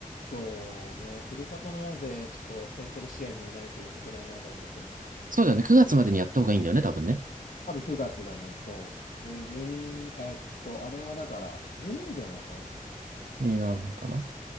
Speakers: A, on the left (about 65°); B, on the right (about 70°).
A: そうね、ふるさと納税、ちょっとそろそろ視野に入れないといけないなとは思ってるんでね。
B: そうだよね。9月までにやった方がいいんだよね、多分ね。
A: 多分9月だね、そう。で、住民、えっと、あれはだから、住民税なのかな
B: になるのかな。